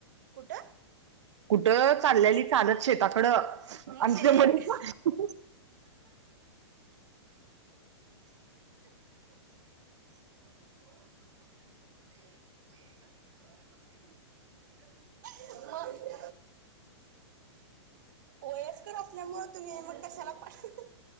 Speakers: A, on the right; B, on the right.
A: कुठं?
B: कुठं चालल्याली चालत शेताकडं
A: मग
B: आणि
A: शे
B: तिथं
A: एवढे
B: मधेच <unintelligible>
A: <inaudible> वयस्कर असल्यामुळं तुम्ही मग कशाला <unintelligible>